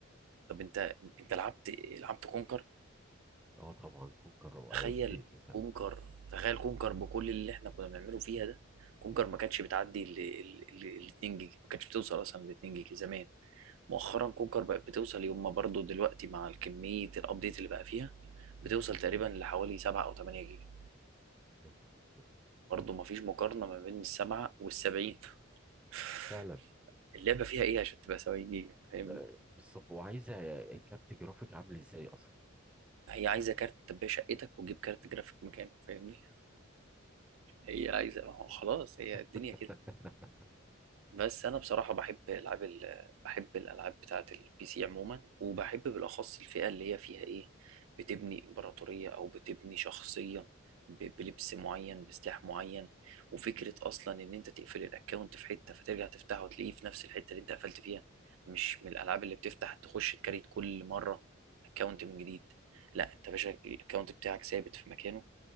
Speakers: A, on the right; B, in the centre.
A: طب انت انت لعبت إيه؟ لعبت كونكر
B: اه طبعا كونكر رو-
A: تخيل
B: دي دي تنسى
A: كونكر تخيل كونكر بكل اللي احنا كنا بنعمله فيها ده كونكر ما كانتش بتعدي ال ال- ال- 2 جيجا ما كانتش بتوصل اصلا ل 2 جيجا زمان مؤخرا كونكر بقت بتوصل يوم ما برضه دلوقتي مع الكمية الابديت اللي بقى فيها بتوصل تقريبا لحوالي 7 او 8 جيجا
B: يا نهار أبيض.
A: برضه ما فيش مقارنة ما بين السبعة والسبعين <laughs>
B: فعلا
A: اللعبة فيها ايه عشان تبقى 70 جيجا فاهمني
B: لا، بالظبط وعايزه كارت جرافيك عامل ازاي اصلا
A: هي عايزة كارت تبقى شقتك وتجيب كارت جرافيك مكانه فاهمني هي عايزة ما هو خلاص هي الدنيا
B: <laughs>
A: كده بس انا بصراحه بحب العاب ال... بحب الالعاب بتاعه البي سي عموما وبحب بالاخص الفئه اللي هي فيها ايه بتبني امبراطوريه او بتبني شخصيه ب... بلبس معين بسلاح معين وفكره اصلا ان انت تقفل الاكونت في حته فترجع تفتحه وتلاقيه في نفس الحته اللي انت قفلت فيها مش من الالعاب اللي بتفتح تخش تكريت كل مره اكونت من جديد لا انت يا باشا الاكونت بتاعك ثابت في مكانه